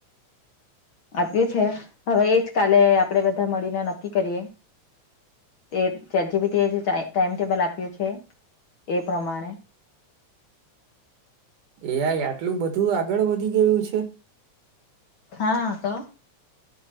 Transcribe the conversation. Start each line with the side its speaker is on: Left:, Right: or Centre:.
Left: આપ્યું છે હવે એજ કાલે આપડે બધા મળીને નક્કી કરીએ એ ચેાર જબીટીએ જે ટાાઈમટેબલ આપ્યું છે એ પ્રમાણે
Right: એ આટલું બધું આગળ વધી ગયું છે
Left: હા તો